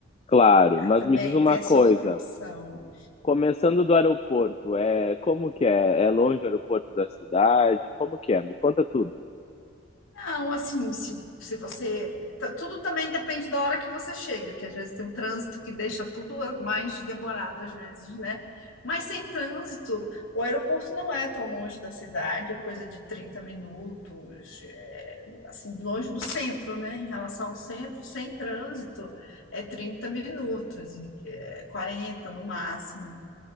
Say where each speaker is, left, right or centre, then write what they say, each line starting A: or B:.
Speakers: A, on the left; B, on the left.
A: Claro, mas
B: Aí também
A: me diz uma
B: tem essa
A: coisa.
B: outra opção.
A: Começando do aeroporto, é como que é? É longe o aeroporto da cidade? Como que é? Me conta tudo.
B: Não, assim, se, se você. t- Tudo também depende da hora que você chega, que às vezes tem um trânsito que deixa tudo mais demorado, às vezes, né? Mas sem trânsito, o aeroporto não é tão longe da cidade, é coisa de 30 minutos, é, assim, longe do centro, né? Em relação ao centro, sem trânsito, é 30 minutos, é 40 no máximo,